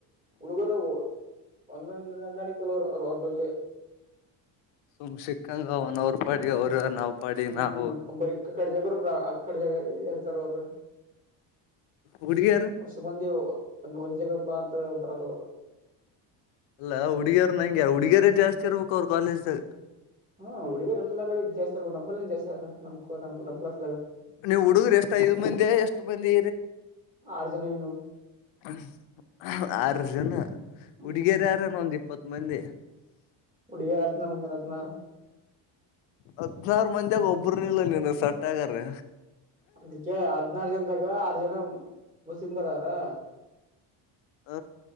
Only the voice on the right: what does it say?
ಹುಡುಗರ ಒಂದೊಂದಂದಾಣ ಕೆಲವರು ಅವ ಅವ್ರ ಬಲ್ಲೆ
ಹ್ಮ್
ಒಬ್ಬರಿಕ್ಕ ಕಡ್ಜಾಗ ಬ ಆ ಕಡ್ಜಾಗ ಹೇಳ್ತಾರ ಅವರು
ಹೊಸು ಮಂದಿ ಒ ಒಂದ್ ಜಗಪ್ಪ ಅಂತ ಬರದವರು
ಹು ಹುಡುಗಿರ ಎಲ್ಲಾ ಕಡೆ ಜಾಸ್ತಿ ಆಗ್ಬಿಟರ ಡಬ್ಬಲ್ ಜಾಸ್ತಿ ಸರ್ ನಮ ನಮ ಕುಳ್ನ ನಮ್ಮ ಕ್ಲಾಾಸ
ಆರ್ಜನ ನಾವು
ಹ್ಮ್
ಹುಡಿಗೆ ಬಂದ ರತ್ನ ಮುಂಂದೆ ಹದನಾರು
ಅದಕ್ಕೆ ಹದ್ನಾರು ಜನದಾಗ ಆರ್ ಜನ ಮುಸ್ಲಿಂಮದಾಗರ ಅವಾರ